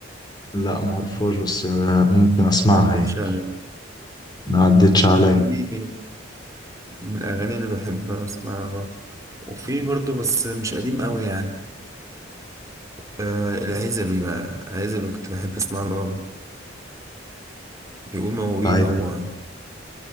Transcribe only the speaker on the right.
ما عدتش
عليها
دي من الأغاني اللي بحب أسمعها برضه وفي برضه بس مش قديم قوي يعني آه العزبي بقى العزبي كنت بحب أسمع له قوي بيقول مواويل
هو